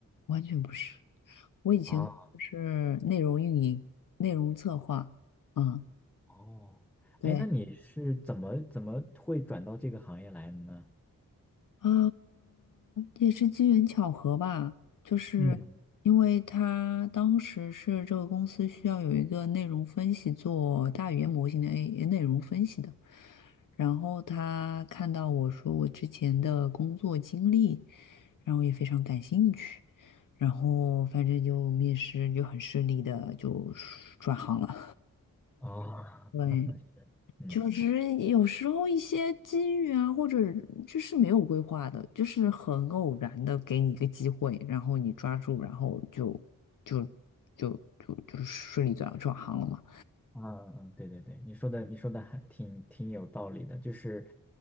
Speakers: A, on the left; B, in the centre.
A: 完全不是。我以前是内容运营、
B: 啊？
A: 内容策划，嗯，
B: 哦，
A: 对，
B: 哎，那你是怎么怎么会转到这个行业来的呢？
A: 啊，也是机缘巧合吧，就是因为他当时是这个公司需要有一个内容分析做大语言模型的
B: 嗯，
A: A- 内容分析的，然后他看到我说我之前的工作经历，然后也非常感兴趣，然后反正就面试就很顺利的就转行了，
B: 啊
A: <laughs> 对。
B: <laughs> 嗯。
A: 就是有时候一些机遇啊，或者就是没有规划的，就是很偶然的给你一个机会，然后你抓住，然后就就就就就顺利转转行了嘛。
B: 啊，对对对，你说的你说的还挺挺有道理的，就是，